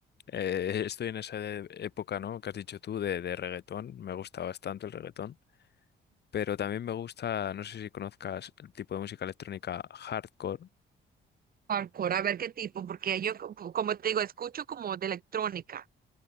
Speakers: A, on the left; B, on the right.
A: eh, <laughs> estoy en esa e- época, ¿no? Que has dicho tú de, de reggaetón. Me gusta bastante el reggaetón. Pero también me gusta, no sé si conozcas el tipo de música electrónica hardcore.
B: Hardcore, a ver qué tipo, porque yo, co- como te digo, escucho como de electrónica.